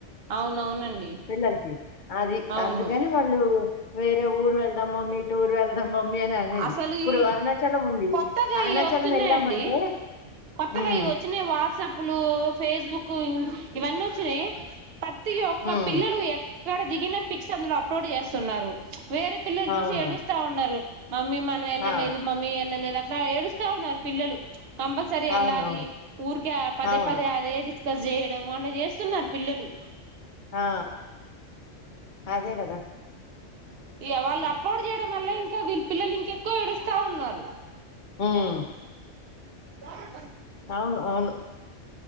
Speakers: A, on the right; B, on the left.
A: అవునవునండి
B: పిల్లలకి అది
A: అవును
B: అందుకని వాళ్ళు వేరే ఊరు వెళ్దామా మీటూరు వెళ్దామా మీ అని అనేది
A: అసలు
B: ఇప్పుడు
A: ఈ
B: అరుణాచలం ఉంది.
A: కొత్తగా
B: అరుణాచలం
A: ఇ వస్తున్నాయండి
B: వెళ్ళామంటే
A: కొత్తగా
B: హ్మ్.
A: ఇ వచ్చినయి వాట్సాప్లు ఫేస్బుక్ ఇవన్నీ వచ్చినయి ప ప్రతి యొక్క
B: హ్మ్.
A: పిల్లలు ఎ ఇక్కడ దిగిన పిక్స్ అందులో అప్లోడ్ చేస్తున్నారు. వేరే పిల్లలు చూసి
B: అవును.
A: ఏడుస్తా ఉండారు. మమ్మీ మనం వెళ్ళలేదు
B: ఆ!
A: మమ్మీ ఎళ్ళలేదు. అట్లా ఏడుస్తా ఉన్నారు పిల్లలు. కంపల్సరి
B: అవునవును.
A: ఎల్లాలి
B: అవును.
A: ఊర్కే పదే
B: అవును
A: పదే అదే డిస్ ఇట్ల జేయడం అట్ల చేస్తున్నారు పిల్లలు.
B: ఆ అదే కదా.
A: ఇ వాళ్ళు అప్లోడ్ చేయడం వల్ల ఇం ఇంకా వీళ్ళ పిల్లలు ఇంకెక్కువ ఏడుస్తా ఉన్నారు.
B: హ్మ్
A: <inaudible>
B: అవును అవును.